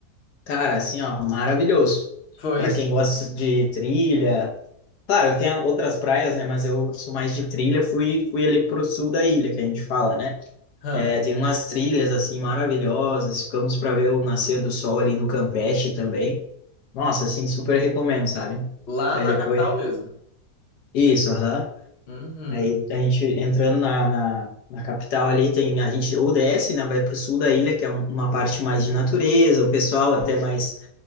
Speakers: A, on the left (about 75°); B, on the left (about 45°).
A: Cara, assim, ó, maravilhoso.
B: foi?
A: Para quem gosta de trilha. Claro, tem outras praias, né, mas eu sou mais de trilha, fui fui ali pro sul da ilha, que a gente fala, né?
B: Hã.
A: É, tem umas trilhas assim maravilhosas, ficamos para ver o nascer do sol ali no Campeche também. Nossa, assim, super recomendo, sabe?
B: Lá
A: Aí
B: na
A: depois.
B: capital mesmo.
A: Isso, aham.
B: Uhum.
A: Aí a gente entrando na, na, na capital ali, tem, a gente ou desce, né, vai para o sul da ilha, que é um- uma parte mais de natureza, o pessoal até mais,